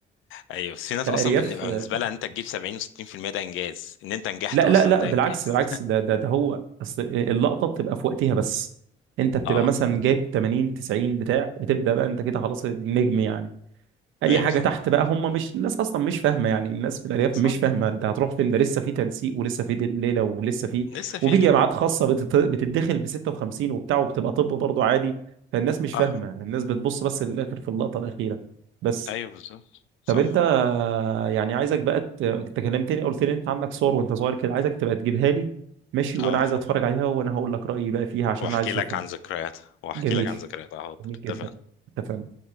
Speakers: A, on the left; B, on the right.
A: ايوه بس في ناس
B: الارياف
A: اصلا بنبقى
B: آه،
A: بالنسبه لها ان انت تجيب 70 و60% ده انجاز ان انت نجحت
B: لا
A: اصلا
B: لا لا
A: ده
B: بالعكس
A: انجاز
B: بالعكس ده ده ده هو اصل إيه، اللقطه بتبقى في وقتها بس
A: <laughs>
B: انت بتبقى
A: اه
B: مثلا جايب 80 90 بتاع بتبدا بقى انت كده خلاص النجم يعني اي
A: ايوه
B: حاجه
A: صح
B: تحت بقى هم مش الناس اصلا مش فاهمه يعني الناس في الارياف
A: صح
B: مش فاهمه انت هتروح فين ده لسه في تنسيق ولسه في ليله ولسه في
A: لسه في
B: وفي
A: ليله
B: جامعات
A: بت-
B: خاصه بتت- بتتدخل ب 56 وبتاع وبتبقى طب برضه عادي فالناس مش
A: اه
B: فاهمه الناس بتبص بس للاخر في اللقطه الاخيره بس
A: ايوه بالظبط صح
B: طب انت يعني عايزك بقى ت- انت كلمتني قلت لي انت عندك صور وانت صغير كده عايزك تبقى تجيبها لي ماشي وانا
A: اه
B: عايز اتفرج عليها وانا هقول لك رايي بقى فيها عشان
A: واحكي
B: انا عايز اشوفها
A: لك عن ذكرياتها واحكي
B: جميل
A: لك عن ذكرياتها حاضر
B: جميل جدا
A: اتفقنا
B: اتفقنا